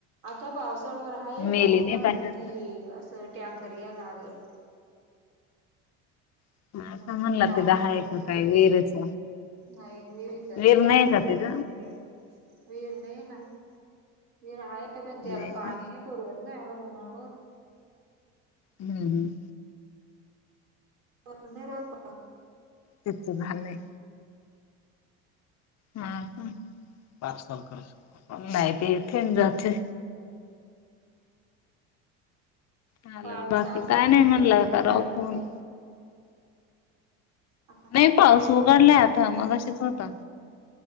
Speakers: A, on the right (about 70°); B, on the left (about 50°).
A: आता पावसाळभर आहे
B: मेली
A: मग उन्हाळ्यामध्ये
B: नाही पाहिजेत
A: असं टँकर घ्या लागल.
B: ना आता
A: मग
B: म्हणला
A: टाकायच
B: ते दहा एक काय विहिरीच
A: नाही विहिरीच
B: विहीर
A: नाही टँकरचं
B: का तिथ
A: पाणी घेत विहीर नाही ना विहीर आहे पण
B: नाही
A: त्याला
B: का
A: पाणी नाही. पुरवत नाय एवढं उन्हाळाभर.
B: हम्म हम
A: वण राख
B: तेनचं झालंय. हा ह पा सल कर नाही येथे न जाते. चालल.
A: पाऊस
B: बाकी
A: असेल
B: काय नाही म्हनलं आत्ता
A: म्हणून लाईट
B: रावू फोन.
A: नाही हा.
B: नाही पाऊस उघडला आता मगाशीचं होता.